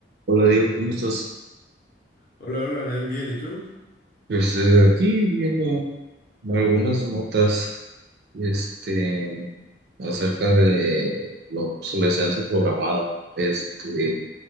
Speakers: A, on the right; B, on the left.
A: Hola Diego, ¿cómo estás?
B: Hola, hola, Nain, bien, ¿y tú?
A: Pues eh, aquí viendo algunas notas este, acerca de la obsolescencia programada. Este,